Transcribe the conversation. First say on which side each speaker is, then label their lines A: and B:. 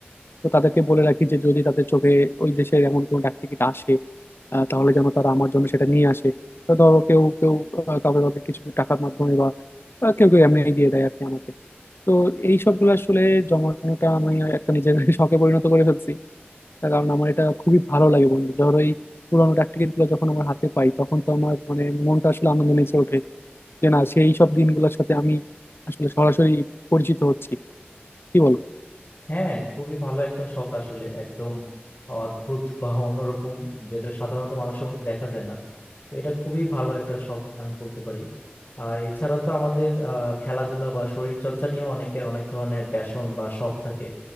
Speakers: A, on the left; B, on the left.
A: তো তাদেরকে বলে রাখি যে যদি তাদের চোখে ওই দেশের এমন কোনো ডাক টিকিট আসে আহ, তাহলে যেন তারা আমার জন্য সেটা নিয়ে আসে তো ধরো কেউ কেউ আহ, কাউকে কাউকে কিছু টাকার মাধ্যমে বা আহ, কেউ কেউ এমনি দিয়ে দেয় আর কি আমাকে তো এই সবগুলো আসলে জমানোটা আমি একটা নিজের <laughs> শখে পরিণত করে ফেলছি তার কারণ আমার এটা খুবই ভালো লাগে বন্ধু ধরো এই পুরানো ডাক টিকিট গুলো যখন আমার হাতে পাই তখন তো আমার মানে মনটা আসলে আনন্দ নেচে ওঠে যে না সেই সব দিনগুলোর সাথে আমি আসলে সরাসরি পরিচিত হচ্ছি কি বলো
B: হ্যাঁ খুবই ভালো একটা শখ আসলে একদম অদ্ভুত বা অন্যরকম যেটা সাধারণত মানুষের মধ্যে দেখা যায় না তো এটা খুবই ভালো একটা শখ আমি বলতে পারি আর এছাড়া তো আমাদের আহ, খেলাধুলা বা শরীর চর্চা নিয়েও অনেকের অনেক ধরনের প্যাশন বা শখ থাকে